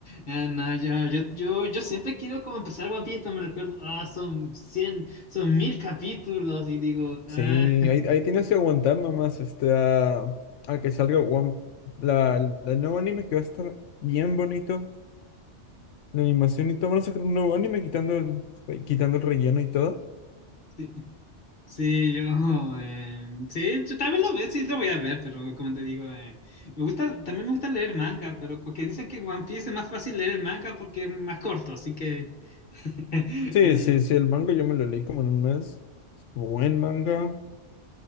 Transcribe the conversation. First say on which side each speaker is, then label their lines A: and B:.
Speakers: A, on the left (about 40°); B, on the left (about 80°).
A: Eh, no, yo, yo, yo, yo siempre quiero como empezar One Piece, pero me recuerdo, ah, son 100 son mil capítulos y digo, ah.
B: Sí, ahí, ahí tienes que aguantar nomás este, a, a que salga One, la, la nuevo anime que va a estar bien bonito. La animación y todo. Van a sacar un nuevo anime quitando el, eh, quitando el relleno y todo.
A: <laughs> Sí, yo, <laughs> eh, sí, yo también lo veo, sí lo voy a ver, pero como te digo, eh, me gusta, también me gusta leer manga, pero porque dicen que One Piece es más fácil leer el manga porque es más corto, así que, <laughs> eh,
B: Sí, sí, sí, el manga yo me lo leí como en un mes. Buen manga.